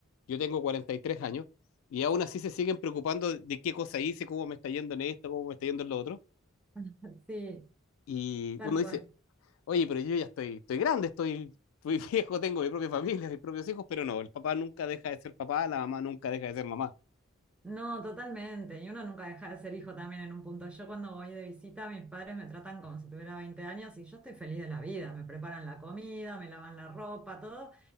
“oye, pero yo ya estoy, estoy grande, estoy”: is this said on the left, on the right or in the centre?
Left